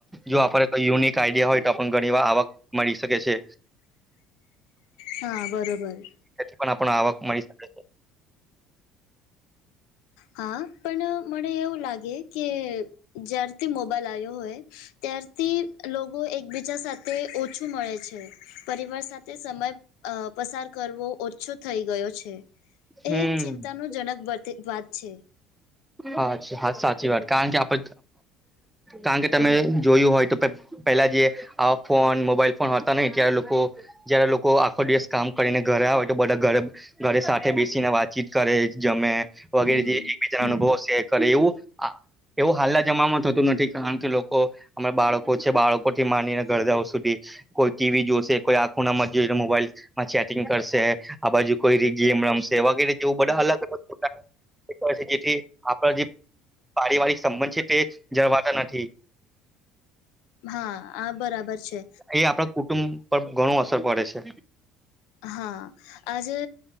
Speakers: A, in the centre; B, on the left (about 80°).
A: જો આપણે યુનિક આઈડિયા હોય તો આપને ઘણી વાર આવક મળી શકે છે.
B: હા બરોબર
A: પણ આપણ આવક મળી શકે છે.
B: હા પણ મને એવું લાગે કે જયારથી મોબાઈલ આવ્યો હોય ત્યારથી લોકો એકબીજા સાથે ઓછું મળે છે પરિવાર સાથે સમય અ પસાર કરવો ઓછો થઈ ગયો છે.
A: હમ
B: એ એક ચિંતાનુંજનક વાત છે.
A: હાછા હા સાચી વાત કારણ કે આપ કારણ કે તમે જોયું હોય તો પેલા જે આવા ફોન મોબાઈલ ફોન હતા નહી ત્યારે લોકો જયારે લોકો આખો દિવસ કામ કરીને ઘરે આવે તો બધા ઘરે ઘરે સાથે બેસીને વાતચીત કરે જમે વગેરે
B: હમ
A: જે એકબીજા
B: હમ
A: અનુભવ <inaudible> કર એવું એવું હાલના જમામાં થતું નથી કારણ કે લોકો અમે બાળકો છે બાળકો થી માનીને ઘરડાઓ સુધી કોઈ ટીવી જોશે કોઈ આંખો ના <unintelligible> મોબાઈલ માં ચેટિંગ કરશે આ બાજુ કોઈ ર ગેમ રમશે વગેરે જેવું બધા અલગ અલગ પોતાનું <unintelligible> તે આપણા જે પારિવારિક સંબંધ છે તે જળવાતા નથી.
B: હા આ બરાબર છે
A: એ આપણા કુટુંબ પર ઘણું અસર પડે છે.
B: હા આજે